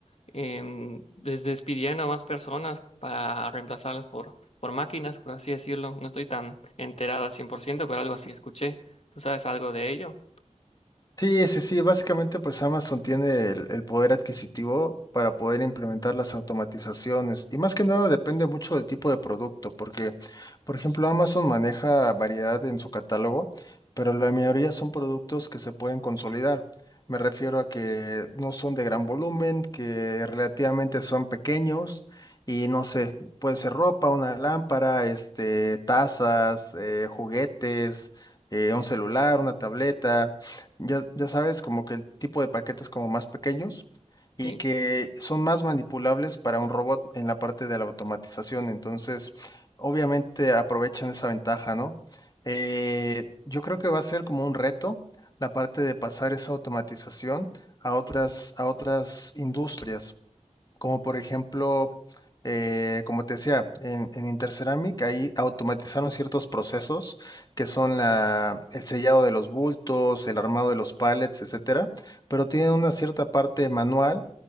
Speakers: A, on the left (about 55°); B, on the left (about 30°).
A: em, des- despidiendo a más personas para reemplazarlas por, por máquinas, por así decirlo. No estoy tan enterado al cien por ciento pero algo así escuché. ¿Tú sabes algo de ello?
B: Sí, sí, sí. Básicamente, pues Amazon tiene el, el poder adquisitivo para poder implementar las automatizaciones. Y más que nada depende mucho del tipo de producto, porque, por ejemplo, Amazon maneja variedad en su catálogo, pero la mayoría son productos que se pueden consolidar. Me refiero a que no son de gran volumen, que relativamente son pequeños y no sé, puede ser ropa, una lámpara, este, tazas, eh, juguetes, eh, un celular, una tableta ya, ya sabes, como que el tipo de paquetes como más pequeños y
A: Sí.
B: que son más manipulables para un robot en la parte de la automatización. Entonces, obviamente aprovechan esa ventaja, ¿no? Eh, yo creo que va a ser como un reto la parte de pasar esa automatización a otras, a otras industrias como por ejemplo, eh, como te decía, en, en Interceramic ahí automatizaron ciertos procesos que son la, el sellado de los bultos, el armado de los pallets, etcétera, pero tienen una cierta parte manual